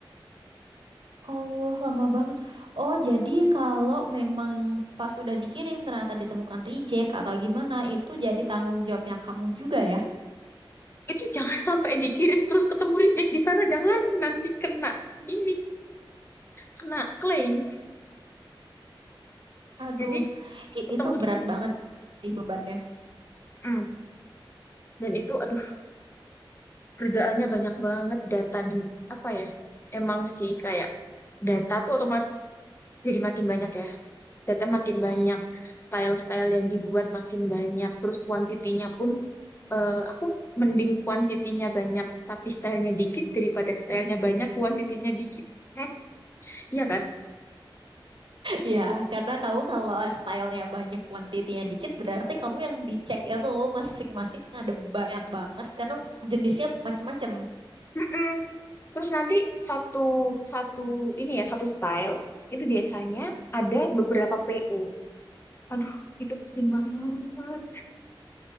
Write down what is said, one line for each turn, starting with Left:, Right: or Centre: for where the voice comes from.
Right: Allah lama banget. Oh, jadi kalau memang pas sudah dikirim ternyata ditemukan reject atau gimana, itu jadi tanggung jawabnya kamu juga ya?
Left: Itu jangan sampai dikirim terus ketemu reject di sana, jangan nanti kena ini, kena klaim.
Right: Aduh,
Left: Jadi
Right: i-
Left: ketemu
Right: itu berat
Left: di
Right: banget sih bebannya.
Left: Mm. Dan itu aduh kerjaannya banyak banget data di apa ya? Emang sih kayak data tuh otomatis jadi makin banyak ya. Data makin
Right: Mm-mm.
Left: banyak, style-style yang dibuat makin banyak, terus kuantitinya pun eh, aku mending kuantitinya banyak tapi stylenya dikit daripada stylenya banyak kuantitinya dikit. Heh, iya kan?
Right: Iya, karena kamu kalau stylenya banyak, kuantitinya dikit, berarti kamu yang dicek itu masing-masing ada banyak banget karena jenisnya macem-macem.
Left: Mm-mm. Terus nanti satu satu ini ya satu style itu biasanya ada beberapa PO. Aduh, itu pusing banget.